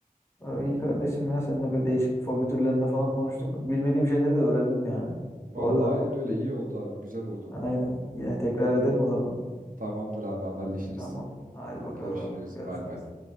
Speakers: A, on the left (about 15°); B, on the right (about 65°).
A: Ay, İyi kardeşim ya seninle böyle değişik fobi türlerinde falan konuştuk. Bak, Bilmediğim şeyleri de öğrendim yani
B: Vallahi
A: bu arada.
B: aynen öyle iyi oldu abi güzel oldu.
A: Aynen. Yine tekrar edelim o zaman.
B: Tamamdır abi haberleşiriz.
A: Tamam. Haydi bakalım.
B: Görüşürüz
A: Görüşürüz.
B: bay bay.